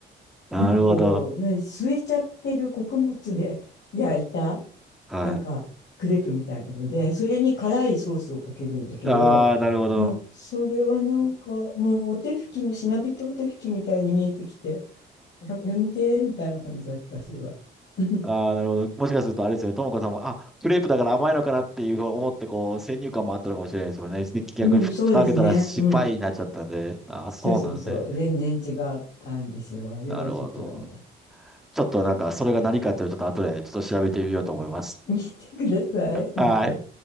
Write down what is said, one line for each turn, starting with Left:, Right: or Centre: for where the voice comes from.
Centre: い。なるほど。
Left: なんかこう、ね、吸えちゃってる穀物で <laughs> 焼いた、
Centre: は
Left: なんかクレープみたいなので、それに辛いソースをかけるんだけど、
Centre: い。ああ、なるほど。
Left: うん、それはなんかもうお手拭きのしなびとお手拭きみたいに見えてきて、や、やめてみたいな感じだった、それは。<laughs> うん
Centre: ああ、なるほど。もしかするとあれですよね。ともかさんも、あ、クレープだから甘いのかなっていうふうに思って、こう、先入観もあったのかもしれないですよね。で逆にふ蓋開けたら失敗になっちゃったんで、
Left: うん、そうですね。うん。
Centre: ああ、そうなんですね。
Left: そうそうそう。全然違ったんですよ。あれはちょっとダメだった。
Centre: なるほど。ちょっとなんか、それが何かっていうのをちょっと後でちょっと調べてみようと思います。
Left: 見てください、本当。
Centre: はい。